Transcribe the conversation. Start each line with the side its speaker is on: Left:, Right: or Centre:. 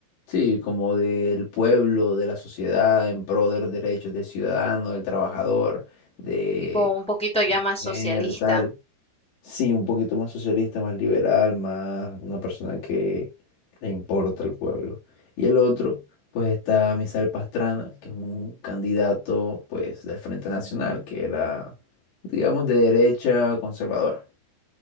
Left: sí, como del pueblo, de la sociedad, en pro de los derechos del ciudadano, del trabajador, de
Centre: Tipo un poquito ya
Left: la mujer,
Centre: más socialista.
Left: tal. Sí, un poquito más socialista, más liberal, más una persona que le importa al pueblo. Y el otro, pues está Misael Pastrana, que es un candidato, pues, del Frente Nacional, que era, digamos, de derecha conservadora.